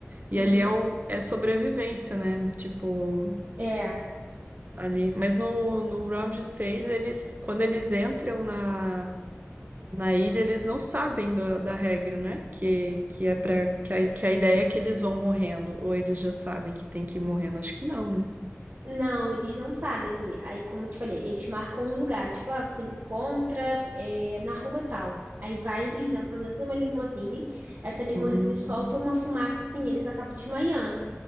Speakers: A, on the right; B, on the right.
A: E
B: Uhum.
A: ali é, o, é sobrevivência, né? Tipo.
B: É.
A: ali. Mas no, no round seis eles, quando eles entram na, na ilha, eles não sabem da, da regra, né? Que, que é para que a, que a ideia é que eles vão morrendo, ou eles já sabem que tem que ir morrendo. Acho que não, né?
B: Não, eles não sabem, assim. Aí, como eu te falei, eles marcam um lugar. Tipo, ah, você me encontra é, na rua tal. Aí vai, eles entram dentro de uma limusine. Essa limusine
A: Hum,
B: solta uma fumaça, assim, eles acabam desmaiando.